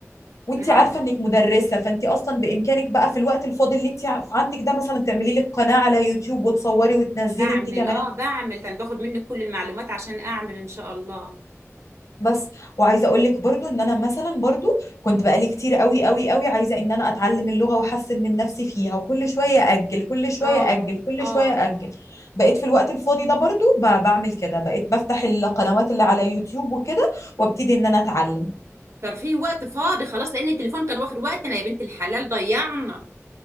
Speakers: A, on the left; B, on the right.
A: وانت
B: نعم
A: عارفه انك مدرسه فانت اصلا بامكانك بقى في الوقت الفاضي اللي انت عندك ده مثلا تعملي لك قناه على يوتيوب وتصوري وتنزلي
B: بعمل
A: انت كمان
B: اه بعمل كان باخد منك كل المعلومات عشان اعمل ان شاء الله
A: بس وعايزه اقول لك برضو ان انا مثلا برضو كنت بقالي كتير قوي قوي قوي عايزه ان انا اتعلم اللغه واحسن من نفسي فيها وكل شويه اجل كل شويه
B: اه
A: اجل كل
B: اه
A: شويه اجل بقيت في الوقت الفاضي ده برضو ب- بعمل كده بقيت بفتح القنوات اللي على يوتيوب وكده وابتدي ان انا اتعلم
B: كان في وقت فاضي خلاص لان التليفون كان واخد وقتنا يا بنت الحلال ضيعنا